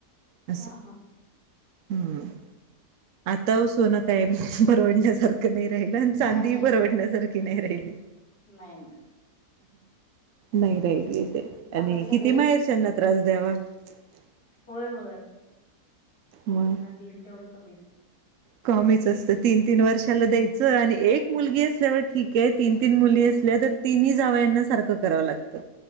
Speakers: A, on the right; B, on the left.
A: असं
B: हा हा.
A: हम्म. आता सोन काय परवडण्यासारखं नाही राहिलं आणि चांदी
B: नाही नाही
A: परवडण्यासारखी नाही राहिली.
B: नाही नाही
A: नाही राहीली. आणि
B: आता सगळी
A: किती माहेरच्याना त्रास ्यावा <unintelligible>
B: होय होय.
A: मग
B: त्यांना दिईल तेवढं कमीच.
A: कमीच असतं तीन तीन वर्षाला द्यायचं आणि एक मुलगी असल्यावर ठीक आहे तीन तीन मुलगी असल्या तर तिनही जावयाना सारखं करावं लागतं.